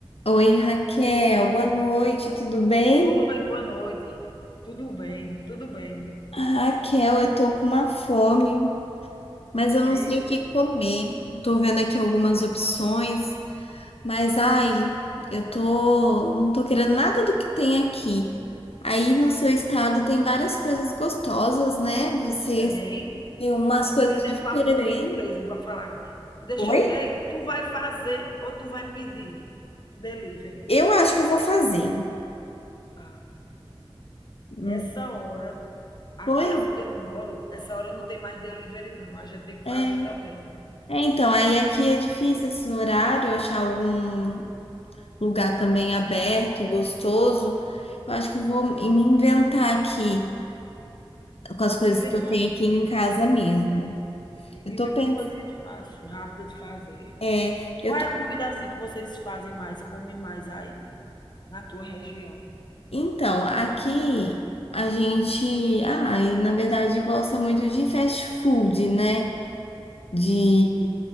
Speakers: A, on the left; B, on the left.
A: Oi, Raquel, boa noite, tudo bem?
B: Oi, boa noite. Tudo bem, tudo bem.
A: Raquel, eu tô com uma fome, mas eu não
B: Ei,
A: sei o que comer. Tô vendo aqui algumas opções, mas ai, eu tô, não tô querendo nada do que tem aqui. Aí no seu estado tem várias coisas gostosas, né? Vocês
B: tem.
A: têm umas
B: Comida
A: coisas diferentes.
B: é com a comigo mesmo para falar. Deixa
A: Oi?
B: eu ei, tu vai fazer ou tu vai pedir delivery?
A: Eu acho que eu vou fazer.
B: Ah,
A: Não
B: essa hora, aqui
A: foi?
B: aonde eu moro, essa hora não tem mais delivery não, a gente tem que
A: É,
B: fazer também.
A: É, então, aí aqui é difícil esse horário, achar algum lugar também aberto, gostoso. Eu acho que eu vou me inventar aqui com as coisas
B: Inventa
A: que eu
B: uma
A: tenho aqui em casa mesmo.
B: sim,
A: Eu
B: inventa
A: tô pensando,
B: uma coisinha fácil, rápida de fazer.
A: é, eu
B: Qual
A: tô...
B: é a comida, assim, que vocês fazem mais, comem mais aí, na tua região?
A: Então, aqui a gente, ah, e na verdade gosta muito de fast food, né? De
B: Sim,